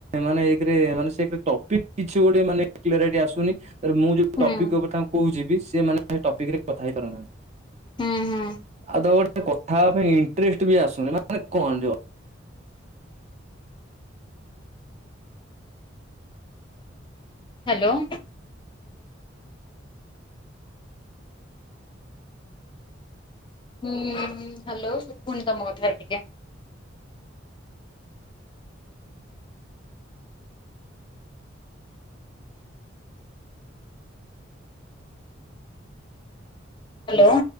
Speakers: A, on the right; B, on the left.
A: ମାନେ ଏକରେ ମାନେ ସେ ଟପିକ କିଛି ଗୋଟେ ମାନେ <unintelligible> ଆସୁନି। ତାପରେ ମୁଁ ଯୋଉ
B: ହୁଁ
A: ଟପିକ୍ କଥା କହୁଛିି ବି ସେମାନେ ସେ ଟପିକ୍ ରେ କଥା ହେଇପାରୁନାହାନ୍ତି।
B: ହୁଁ ହୁଁ।
A: ଆଉ ତ ଗୋଟେ କଥା ପାଇଁ ଇଣ୍ଟରେଷ୍ଟ ବି ଆସୁନି ମାନେ କଣ ଯିବ।
B: ହ୍ୟାଲୋ। ହୁଁ ହ୍ୟାଲୋ ପୁଣି ତମ କଥାରେ ଟିକେ ହ୍ୟାଲୋ।